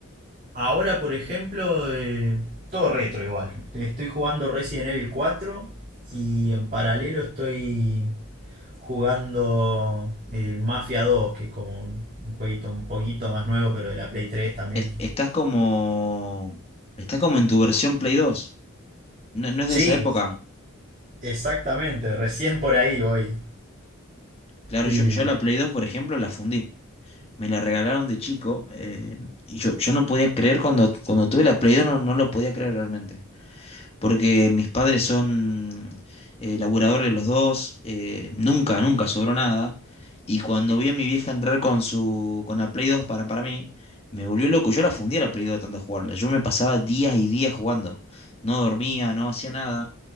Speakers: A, on the right; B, on the left.
A: ahora, por ejemplo, eh, todo retro igual. Estoy jugando Resident Evil cuatro y en paralelo estoy jugando eh, Mafia dos que es como un jueguito un poquito más nuevo, pero de la Play tres también.
B: es- estás como. Estás como en tu versión Play dos No, no es
A: Sí,
B: de esa época.
A: exactamente, recién por ahí voy.
B: Claro,
A: Y
B: yo, yo la Play 2 por ejemplo, la fundí. Me la regalaron de chico. eh, y yo, yo no podía creer cuando, cuando tuve la Play 2 no, no lo podía creer realmente. porque mis padres son eh, laburadores los dos, eh, nunca, nunca sobró nada. Y cuando vi a mi vieja entrar con su, con la Play 2 para, para mí, me volvió loco. Yo la fundía la Play 2 de tanto jugarla. Yo me pasaba días y días jugando. No dormía, no hacía nada.